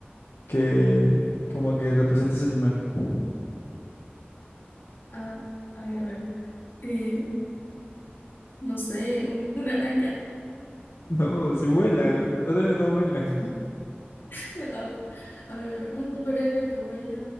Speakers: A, on the left (about 80°); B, on the left (about 60°).
A: que como que representa ese animal. <laughs>
B: Ah, ay, a ver. Eh, no sé, un, una araña.
A: No, si vuela, los órdenes no vuelan.
B: <laughs> A ver, a ver, a ver. Un superhéroe que vuela